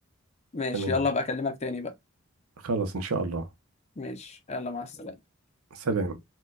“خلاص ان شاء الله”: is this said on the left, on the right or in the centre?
Right